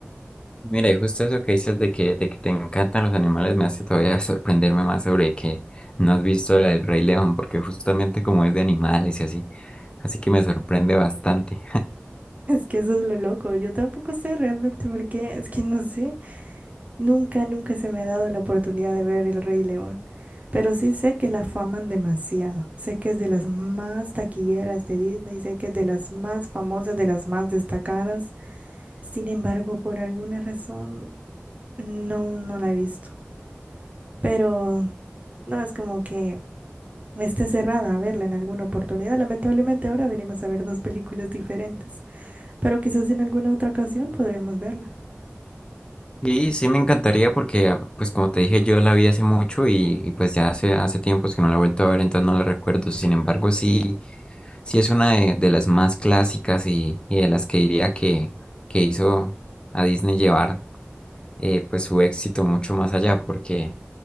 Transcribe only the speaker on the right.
Es que eso es lo loco. Yo tampoco sé realmente por qué. Es que no sé. Nunca, nunca se me ha dado la oportunidad de ver El Rey León. Pero sí sé que la faman demasiado. Sé que es de las más taquilleras de Disney. Sé que es de las más famosas, de las más destacadas. Sin embargo, por alguna razón, no, no la he visto. Pero no es como que esté cerrada a verla en alguna oportunidad. Lamentablemente, ahora venimos a ver dos películas diferentes. pero quizás en alguna otra ocasión podríamos verla.